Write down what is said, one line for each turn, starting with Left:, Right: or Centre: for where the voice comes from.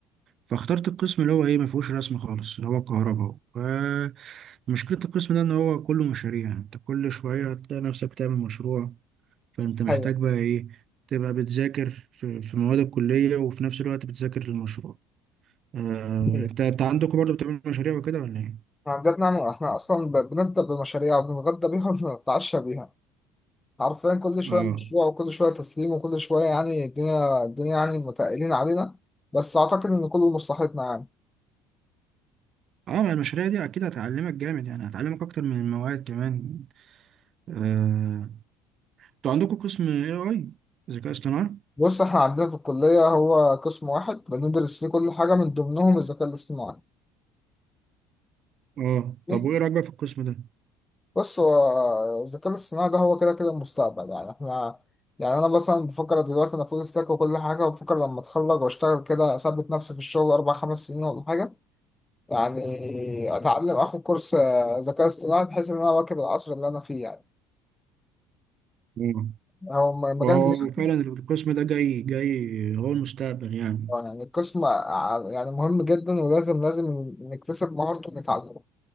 Right: فاخترت القسم اللي هو ايه ما فيهوش رسم خالص اللي هو كهرباء آه، مشكلة القسم ده ان هو كله مشاريع يعني انت كل شوية هتلاقي نفسك تعمل مشروع فانت محتاج
Left: هي
Right: بقى ايه تبقى بتذاكر في في مواد الكلية وفي نفس الوقت بتذاكر للمشروع آه،
Left: هي.
Right: انت انت عندكم برضه بتعملوا مشاريع وكده ولا ايه؟
Left: احنا عندنا بنعمل احنا اصلا ب- بنفطر بمشاريع وبنتغدى بيها وبنتعشى بيها حرفيا كل شويه
Right: اه
Left: مشروع وكل شويه تسليم وكل شويه يعني الدنيا الدنيا يعني متقلين علينا بس اعتقد ان كله مصلحتنا يعني
Right: اه ما المشاريع دي اكيد هتعلمك جامد يعني هتعلمك اكتر من المواد كمان آه، انتوا عندكم قسم اي اي ذكاء اصطناعي
Left: بص احنا عندنا في الكليه هو قسم واحد بندرس فيه كل حاجه من ضمنهم الذكاء الاصطناعي
Right: اه
Left: ليه؟
Right: طب وايه رايك بقى في القسم ده
Left: بص هو الذكاء الاصطناعي ده هو كده كده المستقبل يعني احنا يعني انا مثلا بفكر دلوقتي انا فول ستاك وكل حاجه وبفكر لما اتخرج واشتغل كده اثبت نفسي في الشغل اربع خمس سنين ولا حاجه يعني اتعلم اخد كورس آه، ذكاء اصطناعي بحيث ان انا اواكب العصر اللي انا فيه يعني
Right: آه.
Left: هو م-
Right: وهو
Left: مجال مهم
Right: فعلا القسم ده جاي جاي هو المستقبل يعني
Left: آه، يعني القسم ع- يعني مهم جدا ولازم لازم نكتسب مهارته ونتعلمه